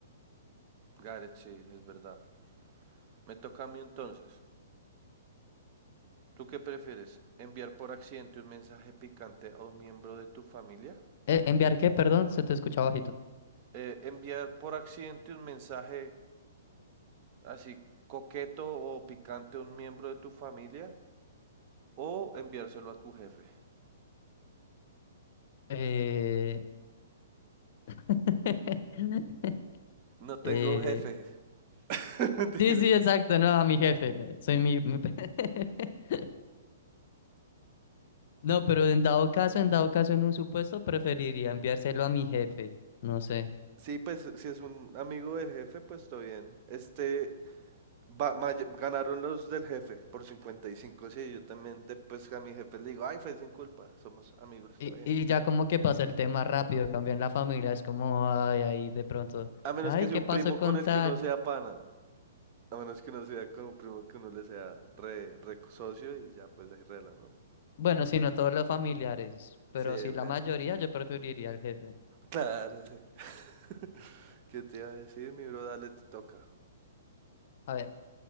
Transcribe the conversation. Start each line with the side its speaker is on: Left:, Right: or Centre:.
Right: Gareth, sí, es verdad. Me toca a mí entonces. ¿Tú qué prefieres? ¿Enviar por accidente un mensaje picante a un miembro de tu familia?
Left: Eh, ¿enviar qué? Perdón, se te escucha bajito.
Right: Eh, ¿Enviar por accidente un mensaje así coqueto o picante a un miembro de tu familia? ¿O enviárselo a tu jefe?
Left: Eh... <laughs>
Right: No tengo
Left: eh...
Right: jefe. <laughs> Mentira.
Left: Sí, sí, exacto, no, a mi jefe. Soy mi... mi pe- <laughs> No, pero en dado caso, en dado caso, en un supuesto, preferiría enviárselo a mi jefe. No sé.
Right: Sí, pues si es un amigo del jefe, pues está bien. Este, va- may- ganaron los del jefe por 55, sí, yo también de- pues a mi jefe le digo, ay, fue sin culpa, somos amigos, está
Left: Y,
Right: bien.
Left: y ya como que pasa el tema rápido, cambia en la familia, es como, ay, ahí de pronto,
Right: A menos
Left: ay,
Right: que sea
Left: ¿qué
Right: un
Left: pasó
Right: primo
Left: con
Right: con el
Left: tal?
Right: que uno sea pana, a menos que uno sea con un primo que uno le sea re, re socio y ya pues ahí rela, ¿no?
Left: Bueno, si no todos los familiares, pero
Right: Sí,
Left: si
Right: ven.
Left: la mayoría, yo preferiría al jefe.
Right: Claro, sí. <laughs> ¿Qué te iba a decir, mi bro? Dale, te toca.
Left: A ver,